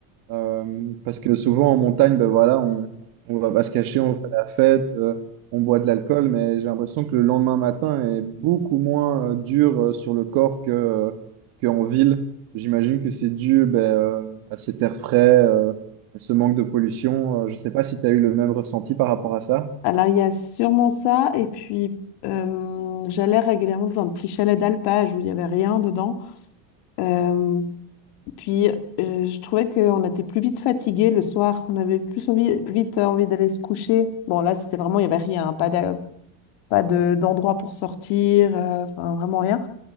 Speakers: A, on the right; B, on the left.
A: Euh, parce que souvent en montagne, ben voilà, on, on va pas se cacher, on fait la fête, euh, on boit de l'alcool, mais j'ai l'impression que le lendemain matin est beaucoup moins euh, dur euh, sur le corps que, euh, qu'en ville. J'imagine que c'est dû ben, euh, à cet air frais, euh, à ce manque de pollution. Euh, je sais pas si tu as eu le même ressenti par rapport à ça.
B: Alors, il y a sûrement ça. Et puis, euh, j'allais régulièrement dans un petit chalet d'alpage où il n'y avait rien dedans. Euh, puis, euh, je trouvais qu'on était plus vite fatigué le soir. On avait plus envie- vite euh, envie d'aller se coucher. Bon, là, c'était vraiment, il n'y avait rien. hein, Pas d'a- pas de, d'endroit pour sortir. euh, Enfin, vraiment rien.